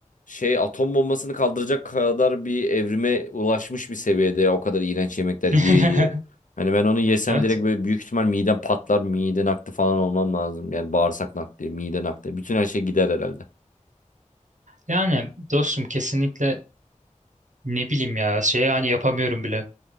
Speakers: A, on the left; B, on the right.
A: şey atom bombasını kaldıracak kadar bir evrime ulaşmış bir seviyede ya, o kadar iğrenç yemekler
B: <laughs>
A: yiye yiye. Hani ben onu yesem
B: Evet.
A: direkt böyle büyük ihtimal midem patlar, mide nakli falan olmam lazım. Yani bağırsak nakli, mide nakli, bütün her şey gider herhalde.
B: Yani dostum kesinlikle ne bileyim ya şey hani yapamıyorum bile.